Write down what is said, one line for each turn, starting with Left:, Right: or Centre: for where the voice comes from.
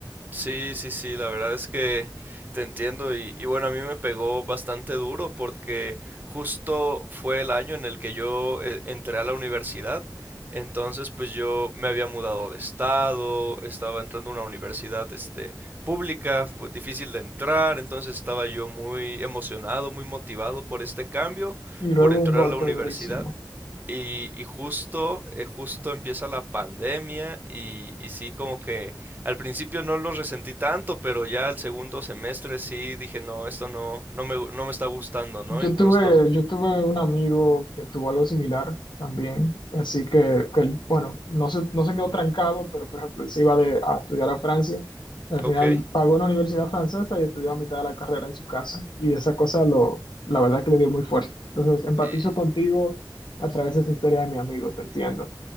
Right: Sí, sí, sí, la verdad es que te entiendo y, y bueno, a mí me pegó bastante duro porque justo fue el año en el que yo eh, entré a la universidad, entonces pues yo me había mudado de estado, estaba entrando a una universidad este pública, pues difícil de entrar, entonces estaba yo muy emocionado, muy motivado por este cambio,
Left: Y luego
Right: por entrar
Left: un golpe
Right: a la universidad
Left: durísimo.
Right: y, y justo, eh, justo empieza la pandemia y, y sí, como que al principio no lo resentí tanto, pero ya al segundo semestre sí dije, no, esto no, no me, gu- no me está gustando, ¿no?
Left: Yo
Right: Entonces
Left: tuve,
Right: lo,
Left: yo tuve un amigo que tuvo algo similar también, así que, que él, bueno, no se, no se quedó trancado, pero por ejemplo, él se iba de- a estudiar a Francia, y al
Right: ok.
Left: final pagó una universidad francesa y estudió a mitad de la carrera en su casa, y esa cosa lo, la verdad que le dio muy fuerte. Entonces, empatizo
Right: Y
Left: contigo a través de esa historia de mi amigo, te entiendo.